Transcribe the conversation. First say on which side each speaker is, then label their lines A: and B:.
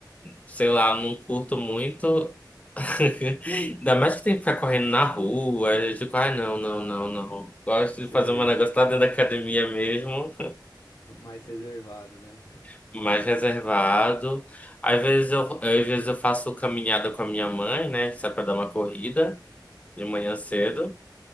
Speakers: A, on the left (about 20°); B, on the left (about 55°).
A: sei lá, não curto muito. <laughs> Ainda mais que tem que ficar correndo na rua. Eu digo, ai, não, não,
B: Ah,
A: não, não. Gosto
B: sei.
A: de fazer um negócio lá dentro da academia mesmo,
B: Mais reservado, né?
A: <laughs> mais reservado. Às vezes eu, às vezes eu faço caminhada com a minha mãe, né? Só pra dar uma corrida de manhã cedo.